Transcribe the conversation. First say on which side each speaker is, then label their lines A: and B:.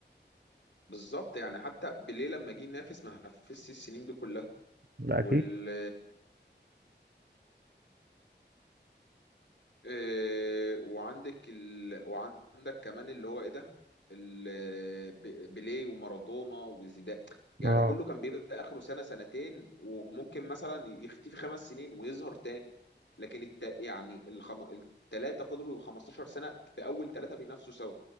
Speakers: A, on the left (about 75°); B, on the right (about 60°).
A: بالظبط يعني حتى بيليه لما جه ينافس ما نافسش السنين دي كلها
B: ده
A: وال
B: اكيد
A: إيه، وعندك ال... وعندك كمان اللي هو ايه ده ال... ب- بيليه ومارادونا وزيدان يعني
B: اه
A: كله كان بيبقى اخره سنة سنتين وممكن مثلا يختفي خمس سنين ويظهر تاني لكن الت... يعني الخم... التلاتة فضلوا 15 سنة في اول تلاتة بينافسوا سوا